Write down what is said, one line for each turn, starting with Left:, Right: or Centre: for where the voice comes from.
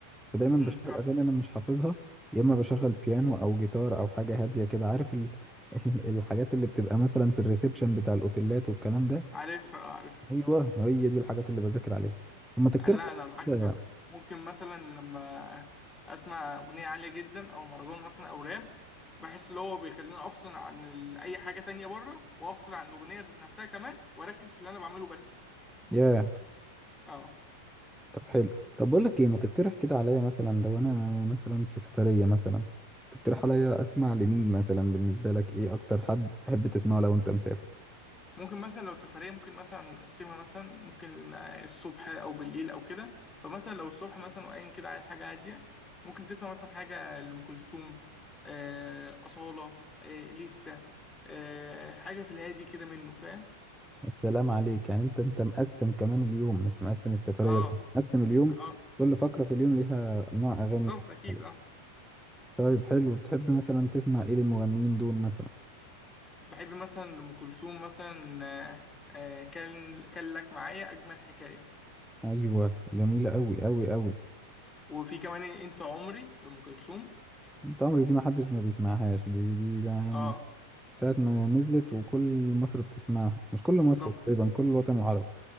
Centre: فدايما
Left: امم
Centre: بشغل
Left: فاهم
Centre: اغاني انا مش حافظها يا اما بشغل بيانو او جيتار او حاجه هاديه كده عارف ال... <laughs> الحاجات اللي بتبقى مثلا في الريسبشن بتاع الاوتيلات والكلام ده
Left: عارف آه، عارف
Centre: ايوه هي دي الحاجات اللي بذاكر عليها طب ما تقترح
Left: انا لا لا العكس
Centre: كده
Left: بقى ممكن مثلا لما اسمع اغنيه عاليه جدا او مهرجان مثلا او راب بحس اللي هو بيخليني افصل عن ال- اي حاجه تانية بره وافصل عن الاغنيه ذات نفسها كمان واركز في اللي انا بعمله بس
Centre: ياه
Left: اه
Centre: طب حلو طب بقول لك ايه ما تقترح كده عليا مثلا لو انا مثلا في سفريه مثلا تقترح عليا اسمع لمين مثلا بالنسبه لك ايه اكتر حد تحب تسمعه لو انت مسافر
Left: ممكن مثلا لو سفرية ممكن مثلا نقسمها مثلا ممكن آه، الصبح أو بالليل أو كده فمثلا لو الصبح مثلا وقايم كده عايز حاجة هادية ممكن تسمع مثلا حاجة لأم كلثوم آه، أصالة آه، لسه آه، حاجة في الهادي كده منه فاهم
Centre: السلام عليك يعني انت انت مقسم كمان اليوم مش مقسم السفريه
Left: اه
Centre: دي. مقسم اليوم
Left: اه
Centre: كل فقره في اليوم ليها نوع اغاني
Left: بالظبط أكيد
Centre: مختلف.
Left: اه
Centre: طيب حلو بتحب مثلا تسمع ايه للمغنيين دول مثلا
Left: بحب مثلا أم كلثوم مثلا آه، آه، كان كان لك معايا أجمل حكاية
Centre: ايوه جميله قوي قوي قوي
Left: وفي كمان إيه، أنت عمري لأم كلثوم
Centre: تمري دي ما حدش ما بيسمعهاش دي دي يعني
Left: اه
Centre: ساعة ما نزلت وكل مصر بتسمعها مش كل مصر
Left: بالظبط
Centre: تقريبا كل الوطن العربي